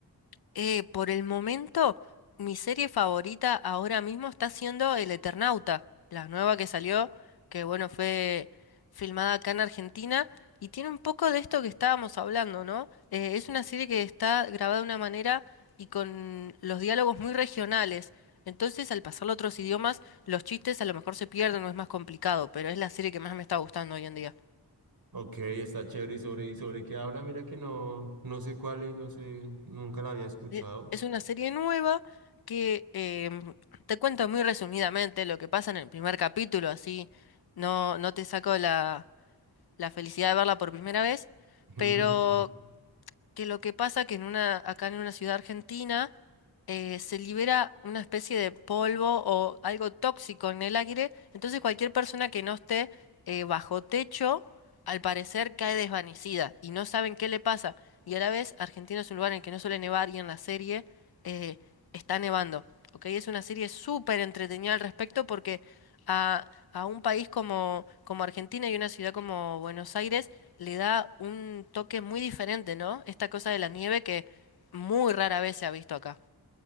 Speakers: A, on the left (about 65°); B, on the right (about 60°).
A: Eh, por el momento, mi serie favorita ahora mismo está siendo El Eternauta, la nueva que salió, que bueno, fue filmada acá en Argentina y tiene un poco de esto que estábamos hablando, ¿no? Eh, es una serie que está grabada de una manera y con los diálogos muy regionales. Entonces, al pasarlo a otros idiomas, los chistes a lo mejor se pierden o es más complicado, pero es la serie que más me está gustando hoy en día.
B: Ok, está chévere. ¿Y sobre, y sobre qué habla? Mira que no, no sé cuál es, no sé, nunca la había escuchado.
A: de- Es una serie nueva que em, te cuento muy resumidamente lo que pasa en el primer capítulo, así no, no te saco la, la felicidad de verla por primera vez,
B: <laughs>
A: pero que lo que pasa que en una, acá en una ciudad argentina eh, se libera una especie de polvo o algo tóxico en el aire, entonces cualquier persona que no esté eh, bajo techo, al parecer cae desvanecida y no saben qué le pasa. Y a la vez, Argentina es un lugar en el que no suele nevar y en la serie eh, está nevando. ¿ok? Es una serie súper entretenida al respecto porque a, a un país como, como Argentina y una ciudad como Buenos Aires le da un toque muy diferente, ¿no? Esta cosa de la nieve que muy rara vez se ha visto acá.